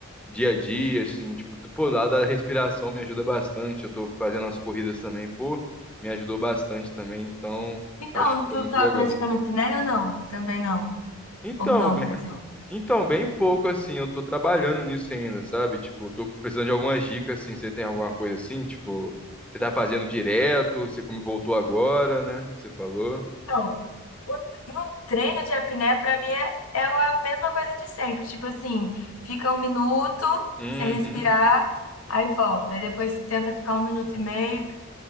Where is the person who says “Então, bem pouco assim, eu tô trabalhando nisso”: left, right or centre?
Centre